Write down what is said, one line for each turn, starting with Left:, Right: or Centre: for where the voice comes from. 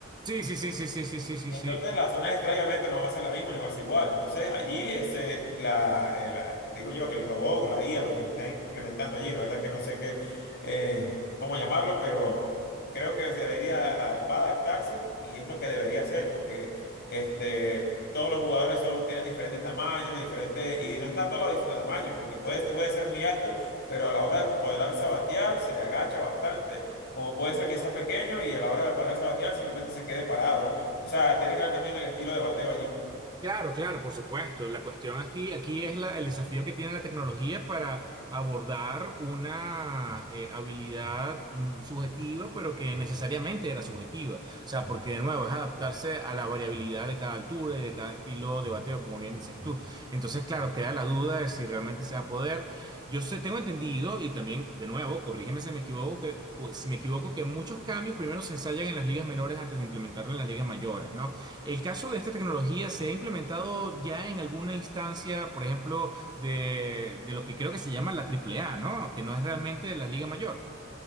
Right: Sí, sí, sí, sí, sí, sí, sí, sí,
Left: y
Right: sí.
Left: Entonces las zonas extrañas obviamente no va a ser la misma ni va a ser igual. Entonces allí, ese, la, eh, la- digo yo que el robot o la IA, lo que están implementando allí, la verdad es que no sé qué, eh, cómo llamarlo, pero creo que se debería, ah, va a adaptarse y es lo que debería hacer porque este, todos los jugadores son, tienen diferentes tamaños, diferentes, y no es tanto los dif- tamaños, porque puede, este puede ser muy alto, pero a la hora de cuadrarse a batear, se agacha bastante, como puede ser que sea pequeño y a la hora de pararse a batear simplemente se quede parado. O sea, tiene que ver también el estilo de bateo allí.
Right: Claro, claro, por supuesto. La cuestión aquí, aquí es la- el desafío que tiene la tecnología para abordar una eh, habilidad mm, subjetiva, pero que necesariamente era subjetiva. O sea, porque de nuevo es adaptarse a la variabilidad de cada altura y de cada estilo de bateo, como bien dices tú. Entonces, claro, queda la duda de si realmente se va a poder. Yo sé, tengo entendido, y también, de nuevo, corrígeme si me equivoco, que, si me equivoco, que muchos cambios primero se ensayan en las ligas menores antes de implementarlo en las ligas mayores, ¿no? El caso de esta tecnología se ha implementado ya en alguna instancia, por ejemplo, de, de lo que creo que se llama la Triple A, ¿no? Que no es realmente la Liga Mayor.